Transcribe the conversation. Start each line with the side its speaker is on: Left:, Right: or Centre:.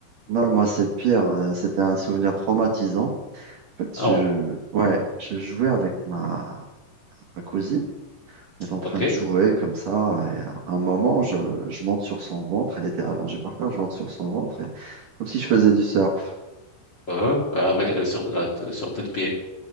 Right: Non, moi, c'est pire. euh, C'était un souvenir traumatisant. En fait,
Left: Ah
Right: je,
Left: bon,
Right: ouais, je jouais avec ma, ma cousine. est en train
Left: ok,
Right: de jouer comme ça. Et à un moment, je, je monte sur son ventre. Elle était allongée par terre. Je monte sur son ventre, et, comme si je faisais du surf.
Left: Euh, avec, euh, sur, sur tes pieds,